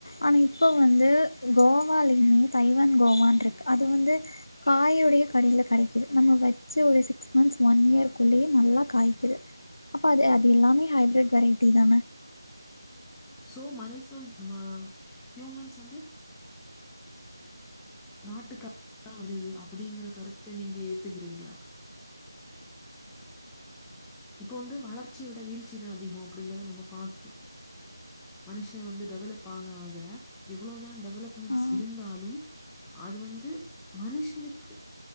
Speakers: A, on the left; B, in the centre.
A: ஆனா இப்போ வந்து கோவாலயுமே தைவான் கோவான்ட்டு அது வந்து காயோடையே கடைல கெடக்கீது நம்ம வெட் ச்சு ஒரு சிக்ஸ் மந்த்ஸ் ஒன் இயர்குள்ளேயே நல்லா காய்க்கிது அப்ப அது அது எல்லாமே ஹைபிரட் வெரைட்டி தான
B: சோ மனுஷம் மா ஹியூமன்ஸ் வந்து நாட்டுக்கா ய்தா வருது அப்டிங்குற கருத்த நீங்க ஏத்துக்றீங்களா இப்போ வந்து வளர்ச்சிய விட வீழ்ச்சி தா அதிகோ அப்டிங்கறத நம்ம பாக்யோ மனுஷே வந்து டெவலப் ஆக ஆக எவ்ளோதா டெவலப்மெண்ட்ஸ்
A: ஆஹ்,
B: இருந்தாலு அது வந்து மனுஷனுக்கு